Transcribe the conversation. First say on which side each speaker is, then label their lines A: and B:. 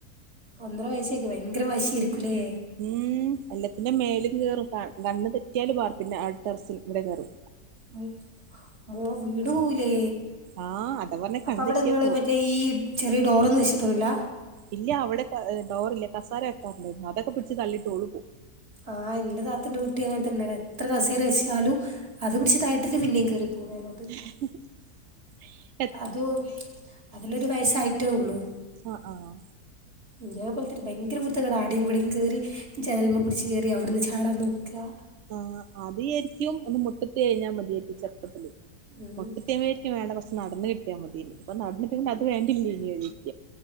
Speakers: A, on the right (about 35°); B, on the right (about 65°).
A: ഒന്നര വയസ്സായിരിക്കും ഭയങ്കര വാശിയിര്ക്കുല്ലേ?
B: ഉം എല്ലത്തിന്റെ മേലും കേറും ക കണ്ണ് തെറ്റിയാല് വാർപ്പിന്റെ ആഹ് ടെറസ് വിടെ കേറും.
A: മു മോ വീണ് പോവൂലേ?
B: ആഹ് അതാ പറഞ്ഞ
A: അപ്പ
B: കണ്ണ്
A: അവടങ്ങള്
B: തെറ്റിയാ പോവും
A: മറ്റേ ഈ ചെറിയ ഡോറൊന്നും വെച്ചിട്ടൊന്നുല്ല?
B: ഇല്ല അവടെ പ്പ ഡോറില്ല കസാര വെക്കാറണ്ടായിരുന്നു അതക്കെ പിടിച്ച് തള്ളിട്ട് ഓളു പോവും.
A: ആഹ് എന്റെ താത്തെന്റെ കുട്ടി അങ്ങൻത്തന്നെ എത്ര കസേരവെച്ചാലും അത് പിടിച്ച് <unintelligible> പിന്നേം കേറിപ്പോകും മേലോട്ട്.
B: <inaudible>
A: അതോ അതിനൊരു വയസ്സായിട്ടേ ഉള്ളൂ.
B: ആഹ് ആഹ്
A: ഇതേ പോൽത്തന്നെ ഭയങ്കര കുരുത്തേക്കേടാ ആടെ ഇവടെം കേറി ജനൽമേ പിടിച്ച് കേറി അവിട്ന്ന് ചാടാൻ നോക്കാ.
B: ആഹ് ആദ്യം വിയാരിക്കും ഒന്ന് മുട്ടത്തി എയഞ്ഞാൽ മതിയായിരിക്കും ചെർപ്പത്തില്.
A: ഉം
B: മുട്ടത്തി <unintelligible> നി വേണ്ട കൊർച്ച് നടന്ന് കിട്ടിയാ മതിന്ന് ഇനി പ്പം നടന്ന്ട്ട് അത് വേണ്ടില്ലേന്നിരിക്ക.